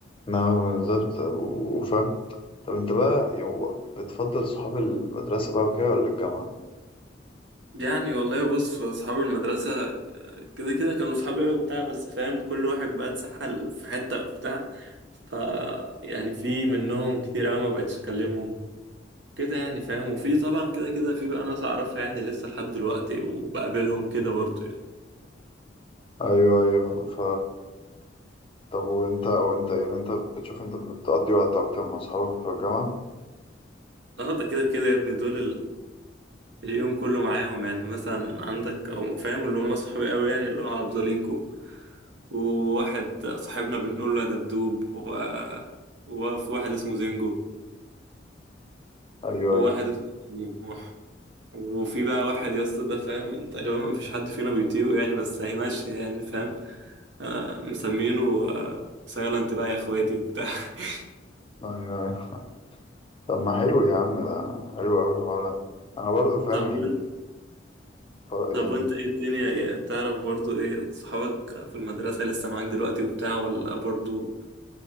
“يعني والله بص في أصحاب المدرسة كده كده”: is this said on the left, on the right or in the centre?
Right